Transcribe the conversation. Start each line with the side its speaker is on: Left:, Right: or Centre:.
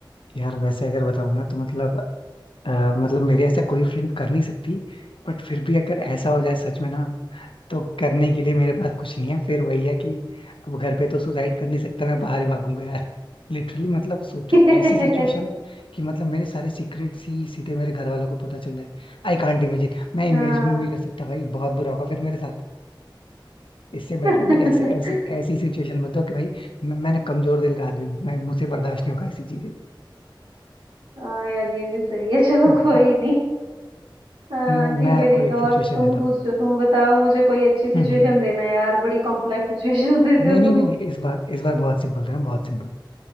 Left: यार वैसे अगर बताऊं ना तो मतलब अ, मतलब मेरे ऐसा कोई फ्रेंड कर नहीं सकती बट फिर भी अगर ऐसा हो जाए सच में ना तो करने के लिए मेरे पास कुछ नहीं है फिर वही है कि अब घर पे तो सुसाइड कर नहीं सकता मैं बाहर ही भागूंगा यार <laughs> लिटरली मतलब सोचो
Right: <laughs>
Left: ऐसी सिचुएशन कि मतलब मेरे सारे सीक्रेट्स ही सीधे मेरे घर वालों को पता चल जाए आई कांट इमेजिन मैं इमेजिन
Right: हाँ
Left: भी नहीं कर सकता भाई बहुत बुरा होगा फिर मेरे साथ इससे बेटर
Right: <laughs>
Left: है भाई ऐसे ऐसी ऐसी सिचुएशन मत दो कि भाई मैं, मैंने कमजोर दिल का आदमी हूँ मैं मुझसे बर्दाश्त नहीं होगा ऐसी चीजें
Right: हाँ यार ये भी सही है चलो
Left: <laughs>
Right: कोई नहीं हाँ
Left: मैं मैं
Right: ठीक है
Left: आपको
Right: ठीक
Left: एक
Right: है और
Left: सिचुएशन
Right: तुम
Left: देता हूँ
Right: पूछो तुम बताओ मुझे कोई अच्छी सिचुएशन
Left: हम्म हम्म।
Right: देना यार बड़ी कॉम्प्लेक्स सिचुएशन <laughs> देते
Left: नहीं
Right: हो
Left: नहीं
Right: तुम
Left: नहीं इस बार इस बार बहुत सिंपल था ना बहुत सिंपल